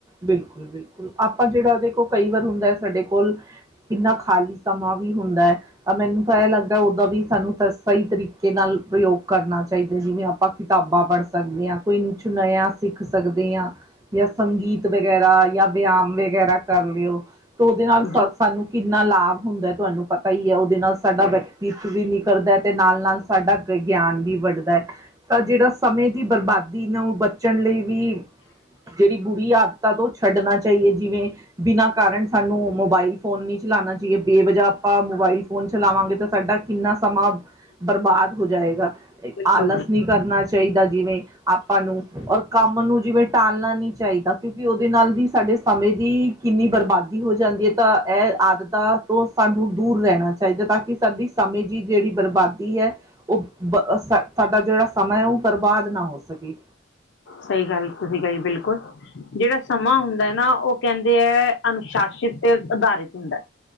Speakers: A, on the right; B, on the left.
A: ਬਿਲਕੁਲ- ਬਿਲਕੁਲ ਆਪਾਂ ਜਿਹੜਾ ਉਹਦੇ ਕੋਲ ਕਈ ਵਾਰ ਹੁੰਦਾ ਹੈ ਸਾਡੇ ਕੋਲ ਕਿੰਨਾ ਖਾਲੀ ਸਮਾਂ ਵੀ ਹੁੰਦਾ ਐ। ਮੈਨੂੰ ਤਾਂ ਇਹ ਲੱਗਦਾ ਉਹਦਾ ਵੀ ਸਾਨੂੰ ਤਾਂ ਸਹੀ ਤਰੀਕੇ ਨਾਲ ਪ੍ਰਯੋਗ ਕਰਨਾ ਚਾ ਚਾਈਦਾ ਜਿਵੇਂ, ਆਪਾਂ ਕਿਤਾਬਾਂ ਪੜ੍ਹ ਸਕਦੇ ਆ, ਕੋਈ ਕੁਛ ਨਿਆ ਸਿੱਖ ਸਕਦੇ ਆਂ। ਜਾਂ ਸੰਗੀਤ ਵਗੈਰਾ ਜਾਂ ਵਿਆਮ ਵਗੈਰਾ ਕਰ ਲਿਓ ਤੇ ਉਹਦੇ ਨਾਲ ਸ
B: ਜੀ
A: ਸਾਨੂੰ ਕਿੰਨਾ ਲਾਭ ਹੁੰਦਾ ਤੁਆਨੂੰ ਪਤਾ ਹੀ ਐ ਉਹਦੇ ਨਾਲ ਸਾਡਾ ਵਿਅਕਤੀਤਵ ਵੀ ਨਿਕ ਕਰਦਾ ਤੇ ਨਾਲ-ਨਾਲ ਸਾਡਾ ਗਿਆਨ ਵੀ ਵਢ ਦਾ, ਤਾਂ ਜੀਦਾ ਸਮੇਂ ਦੀ ਬਰਬਾਦੀ ਨੂੰ ਬੱਚ ਬੱਚਣ ਲਈ ਵੀ ਜਿਹੜੀ ਬੁਰੀ ਆਦਤਾਂ ਤੋਂ ਛੱਡਣਾ ਚਾਈਏ ਜਿਵੇਂ ਬਿਨਾਂ ਕਾਰਨ ਸਾਨੂੰ ਮੋਬਾਈਲ ਫੋਨ ਨਈ ਚਲਾਣਾ ਚਾਈਏ ਬੇ ਵਜਾ ਆਪਾਂ ਮੋਬਾਈਲ ਫੋਨ ਚਲਾਵਾਂਗੇ ਤਾਂ ਸਾਡਾ ਕਿੰਨਾ ਸਮਾਂ ਬਰਬਾਦ ਹੋ ਜਾਏਗਾ।
B: ਬਿਲਕੁਲ
A: ਆਲਸ
B: ਜੀ
A: ਨਈ ਕਰਨਾ ਚਾਈਦਾ ਜਿਵੇਂ ਆਪਾਂ ਨੂੰ ਔਰ ਕੰਮ ਨੂੰ ਜਿਵੇਂ ਟਾਲਣਾ ਨੀ ਚਾਈਦਾ। ਕਿਉਂਕਿ ਉਹਦੇ ਨਾਲ ਵੀ ਸਾਡੇ ਸਮੇਂ ਦੀ ਕਿੰਨੀ ਬਰਬਾਦੀ ਹੋ ਜਾਂਦੀ ਐ। ਤਾਂ ਇਹ ਆਦਤਾਂ ਤੋਂ ਸਾਨੂੰ ਦੂਰ ਰਹਿਣਾ ਚਾਈਦਾ ਤਾਂ ਕਿ ਸਾਡੀ ਸਮੇਂ ਦੀ ਜਿਹੜੀ ਬਰਬਾਦੀ ਐ। ਉਹ ਬ ਸਾ-ਸਾਡਾ ਜਿਹੜਾ ਸਮਾਂ ਐ ਉਹ ਬਰਬਾਦ ਨਾ ਹੋ ਸਕੇ।
B: ਸਹੀ ਗੱਲ ਤੁਸੀਂ ਕਰੀ ਬਿਲਕੁਲ ਜਿਹੜਾ ਸਮਾਂ ਹੁੰਦਾ ਐ ਨਾ ਉਹ ਕਹਿੰਦੇ ਐ ਅਨੁਸ਼ਾਸਿਤ ਤੇ ਆਧਾਰਿਤ ਹੁੰਦਾ,